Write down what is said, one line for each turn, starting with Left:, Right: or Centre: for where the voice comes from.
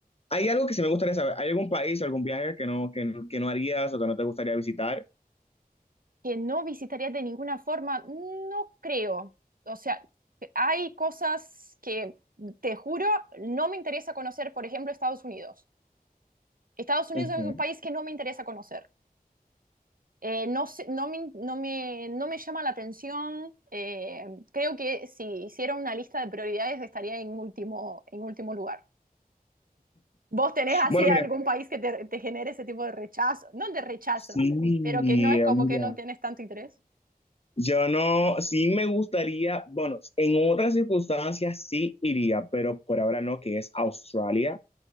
Left: hay algo que sí me gustaría saber. ¿Hay algún país o algún viaje que no, que, no- que no harías o que no te gustaría visitar?
Right: que no visitaría de ninguna forma, no creo. O sea, hay cosas que, te juro, no me interesa conocer, por ejemplo, Estados Unidos. Estados Unidos
Left: Ujú.
Right: es un país que no me interesa conocer. Eh, no sé- no me, no me- no me llama la atención. Eh, creo que si hiciera una lista de prioridades estaría en último, en último lugar. ¿Vos tenés así
Left: Bueno,
Right: algún
Left: mira,
Right: país que te, te genere ese tipo de rechazo? No de rechazo,
Left: sí,
Right: pero
Left: mira.
Right: que no es como que no tienes tanto interés.
Left: Yo no, sí me gustaría, bueno, en otras circunstancias sí iría, pero por ahora no, que es Australia.